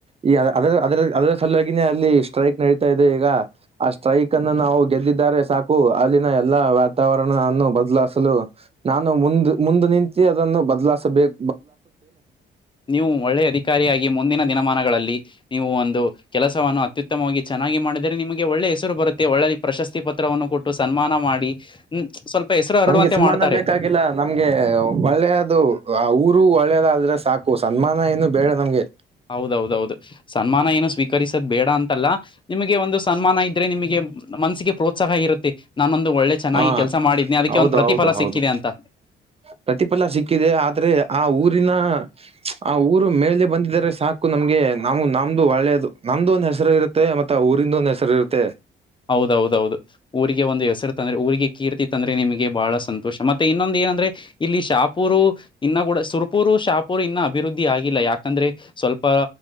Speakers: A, on the right; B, on the left.
A: ಈ ಅದ್ರ ಅದ್ರ ಅದರ ಸಲುವಾಗಿನೇ ಅಲ್ಲಿ ಸ್ಟ್ರೈಕ್ ನಡೀತಾ ಇದೆ ಈಗ ಆ ಸ್ಟ್ರೈಕ್ ಅನ್ನು ನಾವು ಗೆದ್ದಿದ್ದಾರೆ ಸಾಕು ಅಲ್ಲಿನ ಎಲ್ಲಾ ವಾತಾವರಣವನ್ನು ಬ ಬದಲಾಸಲು ನಾನು ಮುಂದ ಮುಂದ ನಿಂತಿ ಅದನ್ನು ಬದ್ಲಾಸಬೇಕ
B: ನೀವು ಒಳ್ಳೆಯ ಅಧಿಕಾರಿಯಾಗಿ ಮುಂದಿನ ದಿನಮಾನಗಳಲ್ಲಿ ನೀವು ಒಂದು ಕೆಲಸವನ್ನು ಅತ್ಯುತ್ತಮವಾಗಿ ಚೆನ್ನಾಗಿ ಮಾಡಿದ ದರೆ ನಿಮಗೆ ಒಳ್ಳೆ ಹೆಸರು ಬರುತ್ತೆ ಒಳ್ಳೆ ಪ್ರಶಸ್ತಿ ಪತ್ರವನ್ನು ಕೊಟ್ಟು ಸನ್ಮಾನ ಮಾಡಿ ಹ್ಮ ಸ್ವಲ್ಪ ಹೆಸರು ಹರಡುವಂತೆ
A: ನಂಗೆ ಸಮ್ಮಾನ
B: ಮಾಡ್ತಾರೆ
A: ಬೇಕಾಗಿಲ್ಲ ನಮ್ಗೆ ಒಳ್ಳೆಯದು ಆ ಊರು ಒಳ್ಳೇದಾದ್ರೆ ಸಾಕು ಸನ್ಮಾನ ಏನು ಬೇಡ ನಮ್ಗೆ
B: ಹೌದೌದೌದು ಸನ್ಮಾನ ಏನು ಸ್ವೀಕರಿಸದ ಬೇಡ ಅಂತಲ್ಲ ನಿಮಗೆ ಒಂದು ಸನ್ಮಾನ ಇದ್ರೆ ನಿಮಗೆ ಮನಸ್ಸಿಗೆ ಪ್ರೋತ್ಸಾಹ ಇರುತ್ತೆ ನಾನೊಂದು ಒಳ್ಳೆ ಚೆನ್ನಾಗಿ
A: ಹಾ
B: ಕೆಲ್ಸ ಮಾಡಿದ್ನಿ ಅದಕ್ಕೆ
A: ಹೌದು
B: ಒಂದ ಪ್ರತಿಫಲ
A: ಹೌದು ಹೌದು
B: ಸಿಕ್ಕಿದೆ ಅಂತ.
A: ಪ್ರತಿಫಲ ಸಿಕ್ಕಿದೆ ಆದ್ರೆ ಆ ಊರಿನ ಪ್ಚ್ ಆ ಊರು ಮೇಲೆ ಬಂದಿದದರೆ ಸಾಕು ನಮ್ಗೆ ನಮ್ ನಮ್ದು ಒಳ್ಳೇದು ನಮ್ದು ಒಂದ್ ಹೆಸರ ಇರುತ್ತೆ ಮತ್ತೆ ಊರಿಂದ ಒಂದ್ ಹೆಸರ ಇರುತ್ತೆ.
B: ಹೌದೌದೌದು ಊರಿಗೆ ಒಂದು ಹೆಸರು ತಂದ್ರ ಊರಿಗೆ ಕೀರ್ತಿ ತಂದ್ರೆ ನಿಮಗೆ ಬಾಳ ಸಂತೋಷ ಮತ್ತೆ ಇನ್ನೊಂದ ಏನಂದ್ರೆ ಇಲ್ಲಿ ಶಾಪೂರು ಇನ್ನು ಕೂಡಾ ಸುರ್ಪೂರು ಶಾಪೂರ್ ಇನ್ನ ಅಭಿವೃದ್ಧಿ ಆಗಿಲ್ಲ ಯಾಕಂದ್ರೆ ಸ್ವಲ್ಪ